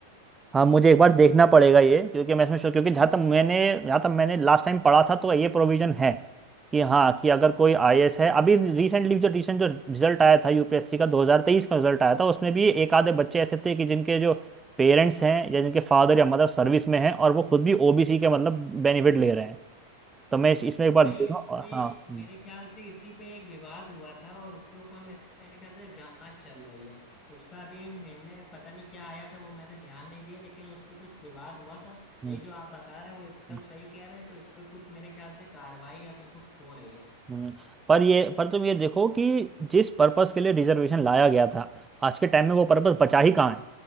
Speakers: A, on the right; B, on the left.
A: हाँ मुझे एक बार देखना पड़ेगा ये क्योंकि मैं इसमें sure- क्योंकि जहाँ तक मैंने जहाँ तक मैंने लास्ट टाइम पढ़ा था तो ये प्रोविजन है कि हाँ कि अगर कोई आईएएस है अभी रिसेंटली जो रिसेंट जो रिजल्ट आया था यूपीएससी का 2023 का रिजल्ट आया था उसमें भी एक आधे बच्चे ऐसे थे कि जिनके जो पेरेंट्स हैं या जिनके फादर या मदर सर्विस में हैं और वो खुद भी ओबीसी के मतलब बेनिफिट ले रहे हैं तो मैं इस, इसमें एक बार
B: नहीं
A: देखूँ
B: इस पे
A: हाँ हम्म,
B: मेरे ख्याल से इसी पे एक विवाद हुआ था और उसके ऊपर मेरे ख्याल से जांच चल रही है उसका अभी निर्णय पता नहीं क्या आया था वो मैंने ध्यान नहीं दिया लेकिन उस पे कुछ विवाद हुआ था
A: हम्म,
B: यही जो आप बता रहे हैं वो एकदम
A: हम्म,
B: सही कह रहे हैं तो इस पे कुछ मेरे ख्याल से कार्रवाई या फिर कुछ हो रही है
A: हम्म। पर ये पर तुम ये देखो कि जिस पर्पस के लिए रिजर्वेशन लाया गया था आज के टाइम में वो पर्पस बचा ही कहाँ है